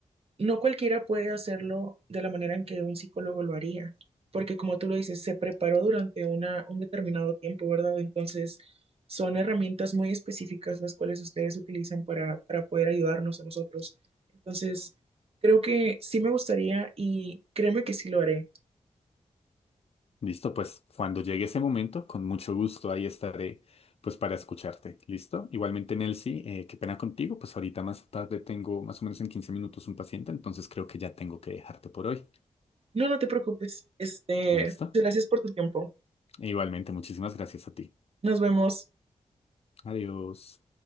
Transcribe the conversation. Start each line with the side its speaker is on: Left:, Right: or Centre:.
Right: No cualquiera puede hacerlo de la manera en que un psicólogo lo haría, porque como tú lo dices, se preparó durante una, un determinado tiempo, ¿verdad? Entonces, son herramientas muy específicas las cuales ustedes utilizan para, para poder ayudarnos a nosotros. Entonces, creo que sí me gustaría y créeme que sí lo haré.
Left: Listo, pues cuando llegue ese momento, con mucho gusto ahí estaré pues para escucharte. Listo. Igualmente, Nelcy, eh, qué pena contigo, pues ahorita más tarde tengo más o menos en 15 minutos un paciente, entonces creo que ya tengo que dejarte por hoy.
Right: No, no te preocupes. Este,
Left: ¿Listo?
Right: gracias por tu tiempo.
Left: Igualmente, muchísimas gracias a ti.
Right: Nos vemos.
Left: Adiós.